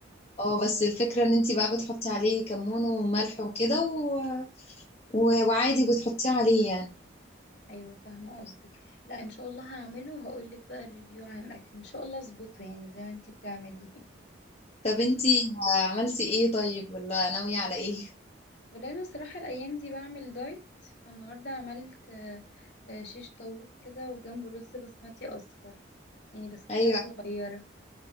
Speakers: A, on the left; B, on the left.
A: اه بس الفكرة ان انت بقى بتحطي عليه كمون وملح وكده و... و... وعادي بتحطيه عليه يعني
B: أيوة فاهمة قصدك لا إن شاء الله هعمله هقولك بقى الريفيو عن الأكل إن شاء الله أظبطه يعني زي ما أنتي بتعمليه <laughs>
A: طب انت عملتي ايه طيب ولا ناوية على ايه
B: ولأنه صراحة الأيام دي بعمل دايت فالنهاردة عملت آه، آه، شيش طاووق كده وجنبه رز بسمتي أصفر يعني بس كمية
A: <laughs> ايوه
B: صغيرة